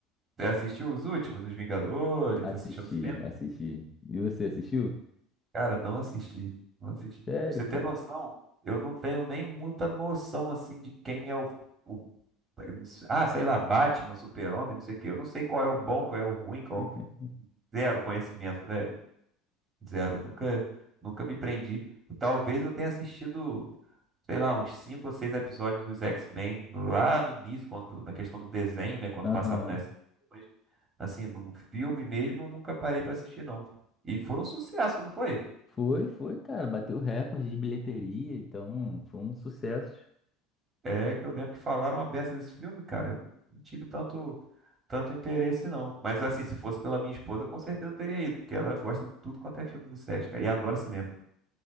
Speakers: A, on the right; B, on the left.
A: Você assistiu os últimos, os Vingadores?
B: Assisti,
A: Assistiu no cinema?
B: assisti. E você assistiu?
A: Cara, não assisti. Não assisti. Pra
B: Sério,
A: você ter
B: cara?
A: noção, eu não tenho nem muita noção assim de quem é o, o- ah, sei lá, Batman, Super-Homem, não sei o quê. Eu não sei qual é o bom, qual é o ruim, qual
B: <laughs>
A: é o- zero conhecimento, velho. Zero. Nunca, nunca me prendi. Talvez eu tenha assistido, sei lá, uns cinco ou seis episódios dos X-Men lá no início, quando na questão do desenho, né, quando
B: Aham.
A: passava no SBT. Assim, num filme mesmo, eu nunca parei pra assistir, não. E foi um sucesso, não foi?
B: Foi, foi, cara, bateu recorde de bilheteria, então foi um sucesso.
A: É que eu lembro que falaram a beça desse filme, cara. Eu não não tive tanto, tanto interesse, não. Mas assim, se fosse pela minha esposa, com certeza eu teria ido, porque ela gosta de tudo quanto é filme do Sérgio, cara, e adora cinema.